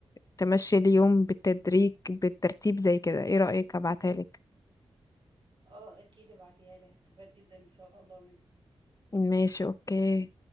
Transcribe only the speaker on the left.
تمشي اليوم بالتدريج بالترتيب زي كده ايه رأيك ابعتها لك
ماشي اوكي